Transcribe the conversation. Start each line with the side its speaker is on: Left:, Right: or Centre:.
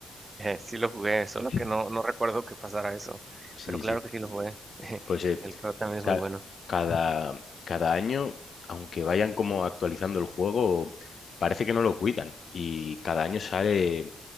Right: Eh, sí lo jugué, solo
Left: Sí,
Right: que no, no recuerdo que pasara eso.
Left: sí.
Right: Pero claro
Left: sí.
Right: que sí lo jugué. <laughs>
Left: Pues eh,
Right: El juego también es
Left: ca-
Right: muy bueno.
Left: cada, cada año, aunque vayan como actualizando el juego, parece que no lo cuidan y cada año sale...